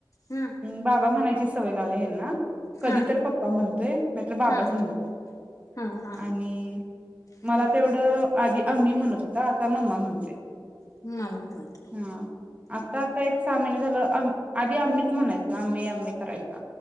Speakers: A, on the left; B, on the right.
A: हम्म
B: बाबा म्हणायची सवय लावली आहे हेंना कधी
A: हा
B: तर पप्पा म्हणतोय नाहीतर बाबाच
A: हा
B: म्हणतोय.
A: हा हा
B: आणि मला
A: हम्म
B: तेवढं आधी आम्मी म्हणत होता आता मम्मा म्हणतोय.
A: <unintelligible>
B: हा आता आता एक सहा महिने झालं आधी आम्मीच म्हणायचा आम्मी आम्मी करायचा.